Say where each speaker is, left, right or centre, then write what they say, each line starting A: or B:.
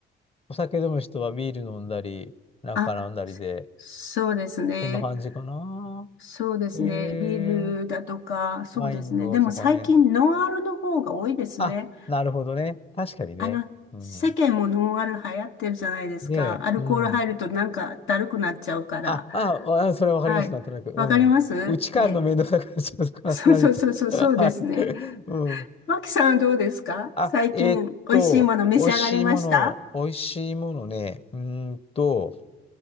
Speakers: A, on the left; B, on the left.
A: お酒飲む人はビール飲んだり、なんか飲んだりで、
B: あ、そそうですね。
A: こんな感じかな。
B: そうですね。
A: え
B: ビールだとか、
A: ー、
B: そうですね。
A: ワインとかね。
B: でも最近ノンアルの方が多いですね。
A: あ、なるほどね。確かにね。
B: あの、
A: うん。
B: 世間もノンアル流行ってるじゃないですか。
A: で、
B: アルコール入るとなんかだるくなっちゃうから。
A: うん。あ、あ、あ、それはわかります、
B: はい。
A: なんとなく。うん。
B: わかりますええ。
A: うち帰るの面倒くさくなっちゃうとか、
B: <laughs> そうそうそうそう、
A: <laughs> 何と。
B: そうですね。
A: はい。うん。
B: マキさんはどうですか最近美味しいもの召し上がりました
A: あ、えーっと、美味しいもの、美味しいものね。うーんと、